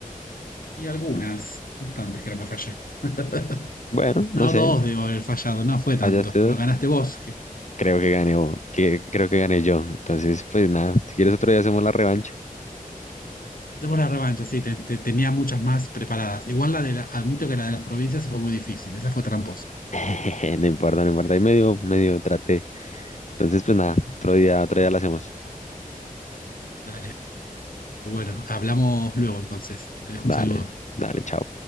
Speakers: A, on the left; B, on the left.
A: Y algunas,
B: Mm,
A: bastantes creo que fallé. <laughs>
B: Bueno, no
A: No,
B: sé,
A: dos debo haber fallado, no fue tanto,
B: fallaste dos.
A: pero ganaste vos. Que,
B: Creo que gané vos, que creo que gané yo. Entonces, pues nada, si quieres otro día hacemos la revancha.
A: hacemos la revancha, sí, te- te- tenía muchas más preparadas. Igual la de la, admito que la de las provincias fue muy difícil, esa fue tramposa.
B: <laughs> No importa, no importa. Ahí medio, medio traté. Entonces, pues nada, otro día, otro día la hacemos.
A: Dale, bueno, hablamos luego entonces. Te dejo un
B: Dale,
A: saludo.
B: dale, chao.